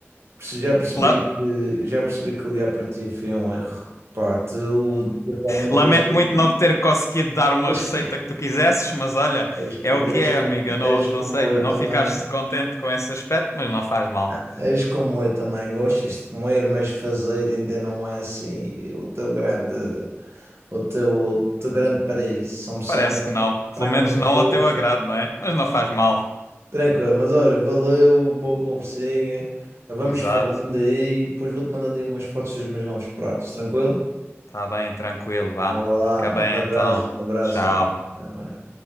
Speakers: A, on the right (about 65°); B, on the left (about 85°).
A: Perce- Já percebi
B: La-
A: que, já percebi que ligar para ti foi um erro. Pá, tu realmente
B: Lamento
A: és como,
B: muito não ter conseguido dar uma
A: <laughs>
B: receita
A: és,
B: que tu quisesses, mas olha,
A: és
B: é
A: como,
B: o que
A: és
B: é, amiga.
A: como,
B: Não,
A: és
B: não
A: como
B: sei,
A: eu
B: não
A: também.
B: ficaste contente com esse aspecto, mas não faz mal.
A: Ah, És como eu também. Gostas de comer, mas fazer ainda não é assim o teu grande, o teu, o teu grande paraíso. São só
B: Parece
A: me deste
B: que não. Pelo
A: frango
B: menos
A: no
B: não
A: Porto.
B: ao teu agrado, não é? Mas não faz mal.
A: Tranquilo, mas olha, valeu, boa conversinha. Vamos
B: Exato.
A: falando aí, depois vou-te mandando aí umas fotos dos meus novos pratos, tranquilo?
B: Tá bem, tranquilo, vá.
A: Então, vai lá.
B: Fica bem
A: Um grande abraço,
B: então.
A: um grande abraço.
B: Tchau.
A: Até amanhã.